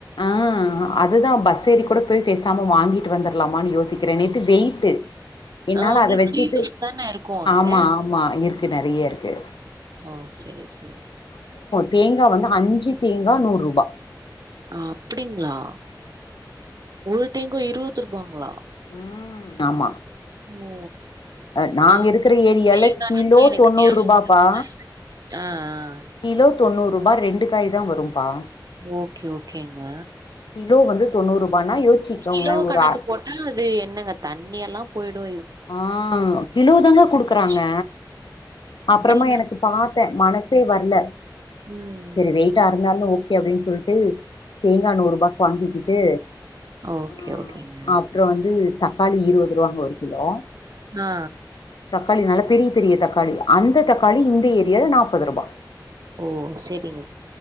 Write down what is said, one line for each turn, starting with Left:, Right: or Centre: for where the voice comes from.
Left: ஆ அதுதா பஸ் ஏறி கூட போய் பேசாம வாங்கிட்டு வந்துடலாமான்னு யோசிக்கிறே நேத்து வெயிட்டு என்னால
Right: ஆ உங்களுக்கு
Left: அத வச்சிட்டு
Right: ஃப்ரீ பஸ் தானே இருக்கும் அங்க?
Left: ஆமா ஆமா இருக்கு நெறையருக்கு
Right: ஆ செரி செரி
Left: தேங்கா வந்து அஞ்சி தேங்கா நூறூபா
Right: அப்டிங்ளா ஒரு தேங்கா இருவத் ரூபாங்ளா
Left: ம் ஆமா
Right: ஓ
Left: அஹ் நாங்க
Right: அ
Left: இருக்கிற ஏரியால
Right: தேங்கானதா
Left: கிலோ
Right: எனக்கு
Left: தொண்ணூறு
Right: நியாபகோ
Left: ரூபாப்பா
Right: வருது ஆ ஆ
Left: கிலோ தொண்ணூறூபா ரெண்டு காய் தா வரும்பா
Right: ஓகே ஓகேங்க
Left: கிலோ வந்து தொண்ணூறு ரூபானா யோசிச்சுக்கோங்களே
Right: கிலோ
Left: ஒரு
Right: கணக்கு
Left: ஆ
Right: போட்டா அது என்னங்க தண்ணி எல்லா போய்டு
Left: ஆ கிலோ தாங்க குடுக்கறாங்க
Right: விஷயம்.
Left: அப்றமா
Right: இது என்ன
Left: எனக்கு பாத்தே மனசே வர்ல
Right: ம், ம்.
Left: செரி வெயிட்டா இருந்தாலு ஓகே அப்டின் சொல்ட்டு தேங்கா நூறுபாக் வாங்கிக்கிட்டு
Right: ஓகே,
Left: அ
Right: ஓகேங்க.
Left: அப்றோ வந்து தக்காளி இருவது ரூவாங்க ஒரு கிலோ
Right: ஆ ஆ
Left: தக்காளி நல்ல பெரிய பெரிய தக்காளி அந்த தக்காளி இந்த ஏரியால நாப்பது ரூபா
Right: ஓ செரிங்க